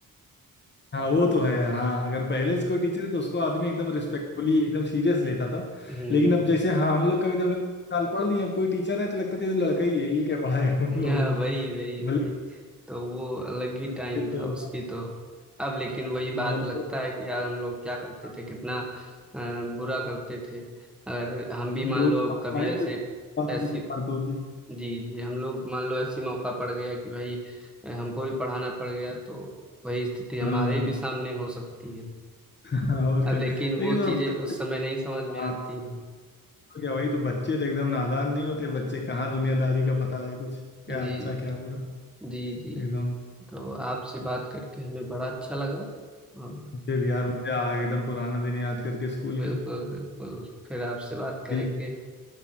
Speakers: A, on the left (about 30°); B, in the centre.
A: हाँ वो तो है यार हाँ अगर पहले से कोई टीचर है तो उसको आदमी एकदम रिस्पेक्टफुली एकदम सीरियस लेता था
B: हम्म
A: लेकिन अब
B: हम्म।
A: जैसे हाँ हम लोग कभी तो हम लोग साल पढ़ लिए अब कोई टीचर है तो लगता था ये तो लड़का ही है ये क्या पढ़ाएगा <laughs> हम लोगों
B: हाँ वही
A: को
B: वही
A: भले
B: वही तो वो अलग ही
A: ये
B: टाइम
A: तो
B: था उसकी तो अब लेकिन वही बात
A: हाँ, लोग
B: लगता है कि यार हम लोग क्या करते
A: हाँ,
B: थे कितना अ, बुरा करते थे अगर हम भी
A: लोग
B: मान लो अब
A: अफवाहें
B: कभी ऐसे
A: तो बात
B: ऐसी
A: है, फालतू की
B: जी जी हम लोग मान लो ऐसी मौका पड़ गया कि भाई अ, हमको भी पढ़ाना पड़ गया तो वही स्थिति हमारे
A: हाँ
B: भी सामने हो सकती है
A: <laughs> और
B: अब
A: क्या
B: लेकिन
A: लेकिन
B: वो
A: तो
B: चीजें
A: बच्चे
B: उस समय नहीं समझ में
A: हाँ
B: आती हैं
A: तो क्या वही तो बच्चे तो एकदम नादान नहीं होते बच्चे कहाँ दुनियादारी का पता है कुछ क्या
B: जी
A: अच्छा क्या बुरा
B: जी जी
A: एकदम
B: तो आपसे बात करके हमें बड़ा अच्छा लगा और
A: मुझे भी यार मजा आ गया एकदम पुराना दिन याद करके स्कूल
B: बिल्कुल
A: का
B: बिल्कुल फिर आपसे बात करेंगे
A: ठीक